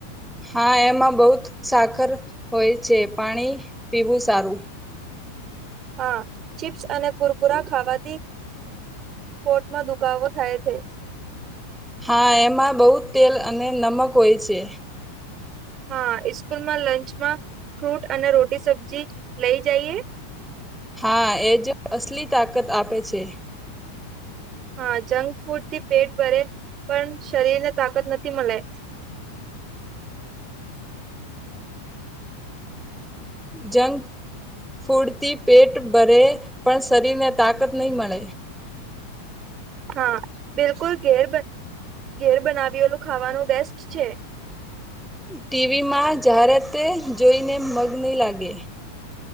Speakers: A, in the centre; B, on the right.
A: હા એમાં બહુ ત સાકર હોય છે પાણી પીવું સારું.
B: હા ચીપ્સ અને કુરકુરા ખાવાથી. કોર્ટમાં દુખાવો થાય છે.
A: હા એમાં બહુ જ તેલ અને નમક હોય છે.
B: હા ઈસ્કૂલ માં લંચમાં ફ્રૂટ અને રોટી સબ્જી લઈ જઈએ.
A: હા એજ અસલી તાકત આપે છે.
B: હા જંક ફૂડ થી પેટ ભરે પણ શરીર ને તાકત નથી મલે..
A: જંક ફૂડથી પેટ ભરે પણ શરીર ને તાકત નહીં મળે.
B: હા બિલકુલ ઘેર ઘેર બનાવીલું ખાવાનું બેસ્ટ છે.
A: ટીવીમાં જાહેરાતે જોઈને મગ નહીં લાગે.